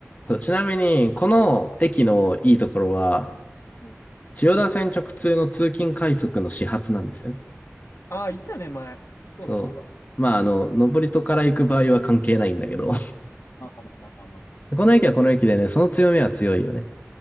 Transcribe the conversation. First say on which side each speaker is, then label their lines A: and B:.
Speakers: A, on the left (about 35°); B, on the left (about 70°).
A: うちなみに、この駅のいいところは、
B: うん。
A: 千代田線直通の通勤快速の始発なんですよね。
B: ああ、いつだね、前。そうだ、
A: そう。
B: そうだ。
A: まああの、登戸から行く場合は関係ないんだけど、
B: まあまあまあまあまあ。
A: <laughs> この駅はこの駅でね、その強みは強いよね。